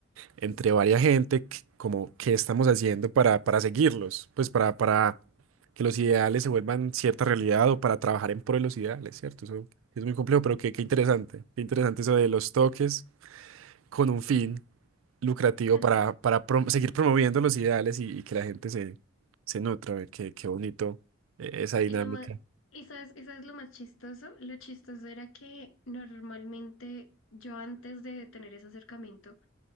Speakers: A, on the right (about 80°); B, on the left (about 80°).
A: entre varias gente, que- como qué estamos haciendo para, para seguirlos, pues para, para que los ideales se vuelvan cierta realidad o para trabajar en pro de los ideales, ¿cierto? Eso es muy complejo, pero qué, qué interesante, qué interesante eso de los toques con un fin lucrativo
B: <laughs>
A: para, para prom- seguir promoviendo los ideales y, y que la gente se, se nutra, ve, Qué, qué bonito eh, esa dinámica.
B: Y lo más, y sabes, y sabes lo más chistoso, lo chistoso era que normalmente yo antes de tener ese acercamiento,